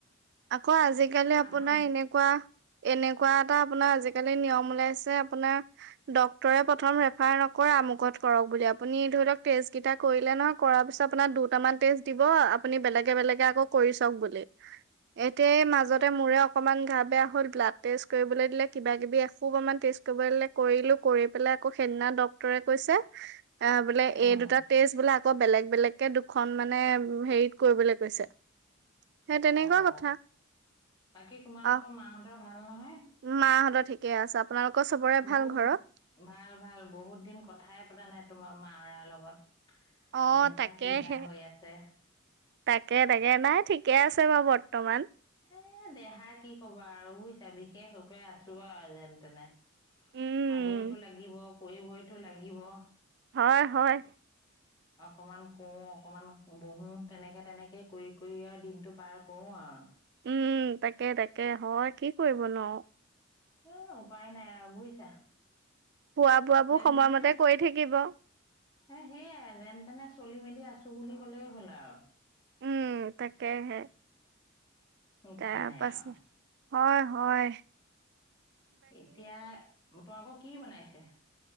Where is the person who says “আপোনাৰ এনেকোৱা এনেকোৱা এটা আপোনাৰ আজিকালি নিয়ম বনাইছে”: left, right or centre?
Right